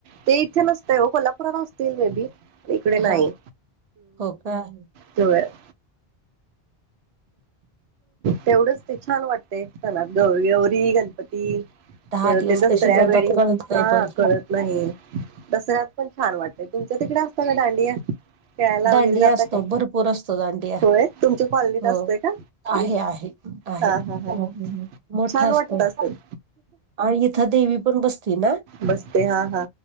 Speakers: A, on the right; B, on the right.
A: ते इथे नसतय हो कोल्हापुरात असतील मे बी इकडे
B: हा
A: नाही
B: हो का आहे
A: त तेवढंच ते छान वाटते त्याला गौरी गौरी गणपती.
B: दहा
A: पर
B: दिवस
A: ते दसऱ्या
B: कसे जातात
A: वेळी
B: कळत नाही
A: हा
B: पण
A: कळत नाही. दसऱ्यात पण छान वाटत तुमच्या तिकडे असत का दांडिया. खेळायला
B: दांडिया
A: वगैरे जातात
B: असतो
A: काय
B: भरपूर असतो दांडिया
A: होय तुमच्या कॉलनीत
B: हो
A: असतोय का.
B: आहे आहे आहे
A: हा हा हा
B: मोठा
A: छान
B: असतो.
A: वाटत असेल
B: आणि इथं देवी पण बसती ना.
A: बसते हा हा